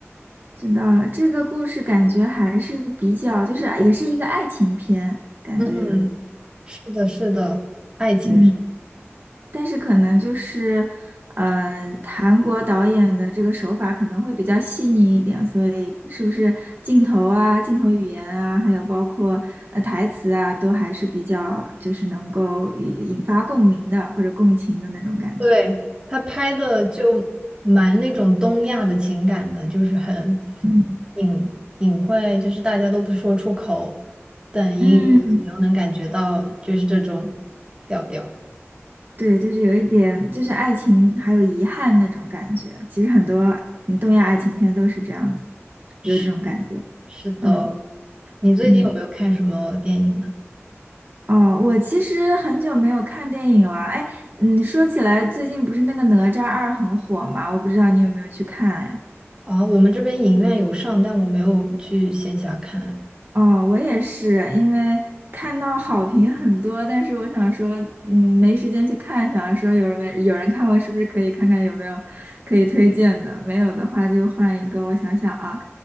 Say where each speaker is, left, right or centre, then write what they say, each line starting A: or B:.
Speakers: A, on the right; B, on the right.
A: 知道了。这个故事感觉还是比较，就是也是一个爱情片，感觉有一，
B: 嗯，是的，是的，爱情片。
A: 嗯。但是可能就是，呃，韩国导演的这个手法可能会比较细腻一点，所以是不是镜头啊、镜头语言啊，还有包括呃台词啊，都还是比较就是能够引引发共鸣的或者共情的那种感觉。
B: 对，他拍的就蛮那种东亚的情感的，就是很
A: 嗯
B: 隐隐晦，就是大家都不说出口，但英语你又能感觉到，
A: 嗯，
B: 就是这种调调。
A: 对，就是有一点就是爱情还有遗憾那种感觉。其实很多嗯东亚爱情片都是这样子，
B: 是
A: 有这种感觉。
B: 是的，
A: 嗯
B: 你最近有没有看什么电影呢？
A: 嗯。哦，我其实很久没有看电影了。哎，嗯，说起来，最近不是那个《哪吒二》很火吗？我不知道你有没有去看哎。
B: 啊，我们这边影院有上，但我没有去线下看。
A: 哦，我也是，因为看到好评很多，但是我想说，嗯，没时间去看，想说有人没有人看过，是不是可以看看有没有可以推荐的？没有的话就换一个。我想想啊，